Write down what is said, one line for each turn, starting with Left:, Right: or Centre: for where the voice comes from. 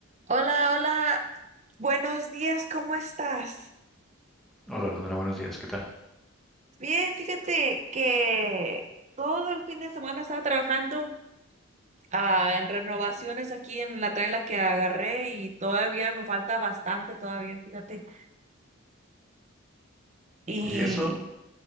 Right: Hola, hola, buenos días, ¿cómo estás?
Centre: Hola, Londra, buenos días, ¿qué tal?
Right: Bien, fíjate que todo el fin de semana estaba trabajando ah, en renovaciones aquí en la traila que agarré y todavía me falta bastante, todavía, fíjate. Y
Centre: ¿Y eso?